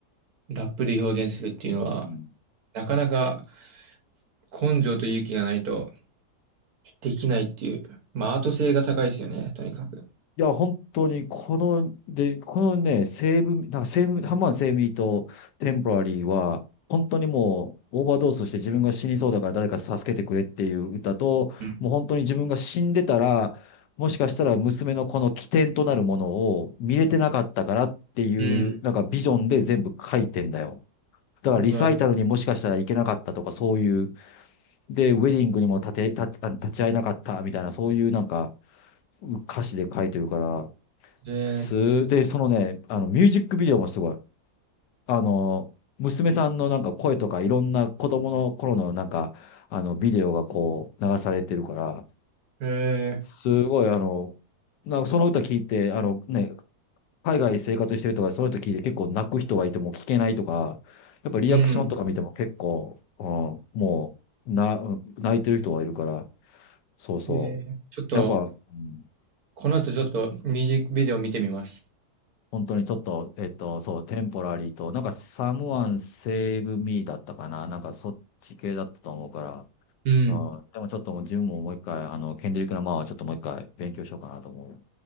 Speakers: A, on the right (about 65°); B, on the left (about 80°).
A: ラップで表現するっていうのは、
B: うん
A: なかなか根性と勇気がないとできないっていう。まあアート性が高いですよね、とにかく。
B: いや、本当に、この、で、このね、西ブなんか西ブハンマーセ武ミーとテンポラリーは、本当にもう、オーバードースして自分が死にそうだから誰か助けてくれっていう歌と、
A: うん。
B: もう本当に自分が死んでたら、もしかしたら娘のこの起点となるものを見れてなかったからっていう、
A: うん。
B: なんかビジョンで全部書いてんだよ。だからリサイタルにもしかしたら行けなかったとか、
A: うわ、
B: そういう、で、ウェディングにも立て、立あ立ち会えなかったみたいな、そういうなんか歌詞で書いてるから、
A: え
B: す、で、そのね、あの、ミュージックビデオもすごい。あの、娘さんのなんか声とかいろんな子供の頃のなんか、あの、ビデオがこう流されてるから、
A: ー、え
B: すごいあの、なんかその歌聞いて、あのね、海外生活してるとか、その歌聞いて結構泣く人がいても聞けないとか、やっぱリアクションとか見ても結構、
A: ー、うん。
B: うん、もう、な、泣いてる人はいるから、そうそう。
A: えー、ちょっと、
B: やっぱ、うん
A: この後ちょっとミュージックビデオ見てみます。
B: 本当にちょっと、えっと、そう、テンポラリーと、なんか、サムワンセーブミーだったかな。なんか、そっち系だったと思うから。
A: うん。
B: うん。でもちょっともう自分ももう一回、あの、ケンデリック・ラマーはちょっともう一回勉強しようかなと思うよ。